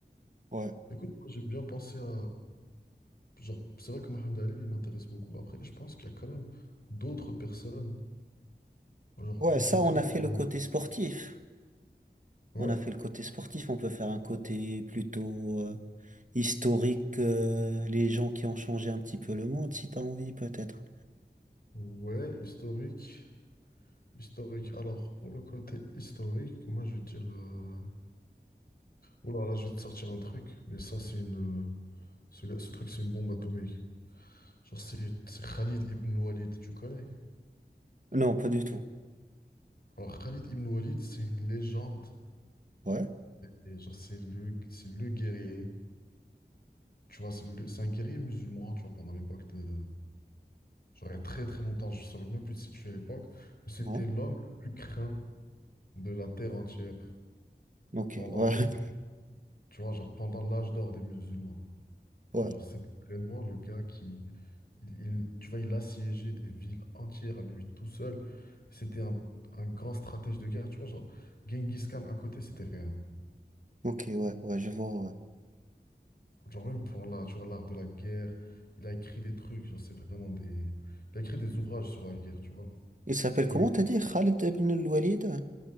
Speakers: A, on the right; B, on the left.
A: Ouais.
B: Écoute, moi, j'ai bien pensé à genre c'est vrai que Mohamed Ali il m'intéresse beaucoup. Après, je pense qu'il y a quand même d'autres personnes genre,
A: Ouais,
B: contre
A: ça,
B: lesquelles
A: on a
B: on
A: fait
B: pourrait
A: le côté sportif.
B: ouais
A: On a fait le côté sportif, on peut faire un côté plutôt euh, historique, euh, les gens qui ont changé un petit peu le monde, si t'as envie, peut-être.
B: ouais historique historique. Alors pour le côté historique, moi je vais te dire euh, oh là là je vais te sortir un truc, mais ça c'est une euh, ce, ce truc c'est une bombe atomique. Genre c'est c'est Khalid ibn Walid, tu connais?
A: Non, pas du tout.
B: Alors, Khalid ibn Walid, c'est une légende.
A: Ouais,
B: des- Genre, c'est le, c'est le guerrier. Tu vois, c'est le- c'est un guerrier musulman, tu vois, pendant l'époque de. Genre, il y a très très longtemps, je ne saurais même plus te situer à l'époque, mais c'était
A: non.
B: l'homme le plus craint de la terre entière
A: Ok,
B: pendant,
A: ouais, <laughs>
B: le- tu vois, genre, pendant l'âge d'or des musulmans.
A: ouais,
B: Et Genre, c'était vraiment le gars qui. Il, il- tu vois, il assiégeait des villes entières à lui tout seul. C'était un, un grand stratège de guerre. Tu vois, genre, Genghis Khan à côté, c'était rien.
A: ok, ouais, ouais, je vois, ouais.
B: Genre même pour l'art, tu vois, l'art de la guerre, il a écrit des trucs, genre c'est vraiment des... Il a écrit des ouvrages sur la guerre, tu vois.
A: Il s'appelle comment
B: Il-
A: t'as dit? Khaled ibn al-Walid?